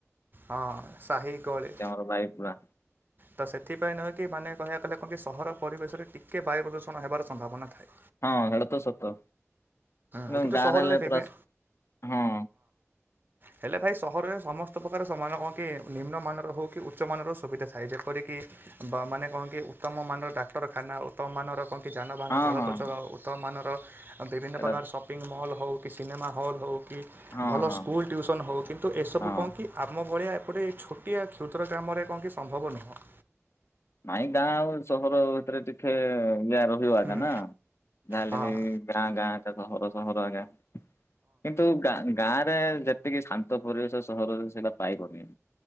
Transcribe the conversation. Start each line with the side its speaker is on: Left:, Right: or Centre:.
Right: ହଁ ସାହି ଗଳୀ
Left: ହ ଭାଇ ପୁରା।
Right: ତ ସେଥିପାଇଁ ନୁହଁ କି ମାନେ କହିବାକୁ କଲେ କଣ କି ସହର ପରିବେଶରେ ଟିକେ ବାୟୁ ପ୍ରଦୂଷଣ ହେବାର ସମ୍ଭାବନା ଥାଏ।
Left: ହଁ ହେଟା ତ ସତ ଏଣୁ
Right: ହୁଁ କିନ୍ତୁ
Left: ଗାଁରେ
Right: ସହରରେ
Left: ହେଲେ
Right: ବିଭି
Left: ପୁରା ହଁ।
Right: ହେଲେ ଭାଇ ସହରରେ ସମସ୍ତ ପ୍ରକାର ସମାନ କଣ କି ନିମ୍ନମାନର ହଉ କି ଉ ଉଚ୍ଚ ମାନର ସୁବିଧା ଥାଏ ଯେପରିକି ବା ମାନେ କଣ କି ଉତ୍ତମ ମାନର ଡାକ୍ତରଖାନା ଉତ୍ତମ ମାନର କଁ କି ଯାନବାହାନ
Left: ହଁ
Right: ଚଳପ୍ରଚଳ
Left: ହଁ ହଁ
Right: ଉତ୍ତମମାନର ବିଭିନ୍ନ
Left: ଏଇଟା
Right: ପ୍ରକାର ସ ସପିଙ୍ଗ ମଲ୍ ହଉ କି ସିନେମା ହଲ୍ ହଉ କି
Left: ହଁ
Right: ଭଲ
Left: ହଁ
Right: ସ୍କୁଲ୍ ଟ୍ୟୁସନ୍ ହଉ କିନ୍ତୁ ଏସବୁ
Left: ହଁ
Right: କଣ କି ଆମ ଭଳିଆ ଏପଟେ ଛୋଟିଆ କ୍ଷୁଦ୍ର ଗ୍ରାମରେ କଣ କି ସମ୍ଭବ ନୁହଁ।
Left: ନାଇଁ ଗାଁ ଆଉ ସହର ଭିତରେ ଟିକେ ଇଆ ରହିବ ଆକ
Right: ହୁଁ
Left: ନା ଯାହାହେଲେ
Right: ହଁ
Left: ବି ଗାଁ ଗାଁ ଆକା ସହର ସହର ଆକା କିନ୍ତୁ ଗାଁ ଗାଁ ରେ ଯେତେ ଟିକେ ଶାନ୍ତ ପରିବେଶ ସହରରେ ସେଇଟା ପାଇବନି।